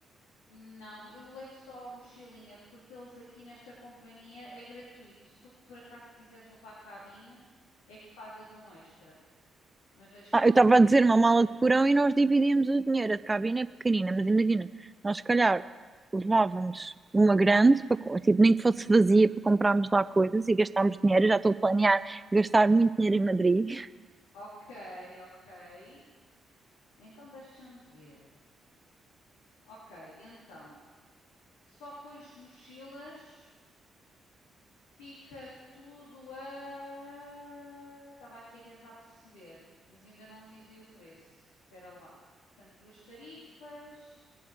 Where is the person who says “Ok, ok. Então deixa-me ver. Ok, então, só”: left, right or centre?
Left